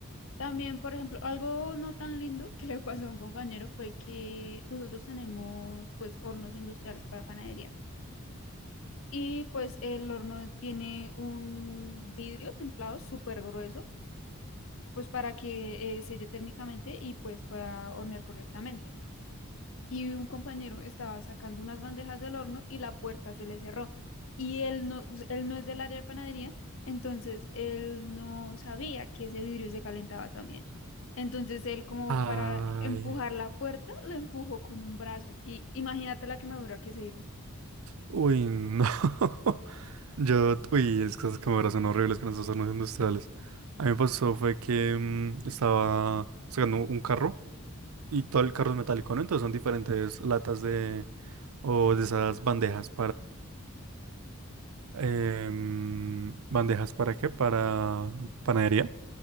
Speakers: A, on the left (about 60°); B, on the right (about 75°).
A: También, por ejemplo, algo no tan lindo que le pasó a un compañero fue que nosotros tenemos pues hornos industriales para panadería y pues el horno tiene un vidrio templado súper grueso pues para que eh, selle térmicamente y pues pueda hornear correctamente y un compañero estaba sacando unas bandejas del horno y la puerta se le cerró. Y él no, pues, él no es del área de panadería, entonces él no sabía que ese vidrio se calentaba también. Entonces él como
B: Ay.
A: para empujar la puerta, la empujó con un brazo. Y imagínate la quemadura que se hizo.
B: Uy, no. <laughs> Yo, uy, es que esas cámaras son horribles con esos hornos industriales. A mí me pasó fue que mm, estaba sacando un carro y todo el carro es metálico, ¿no? Entonces son diferentes latas de, o de esas bandejas em, bandejas para qué? Para panadería,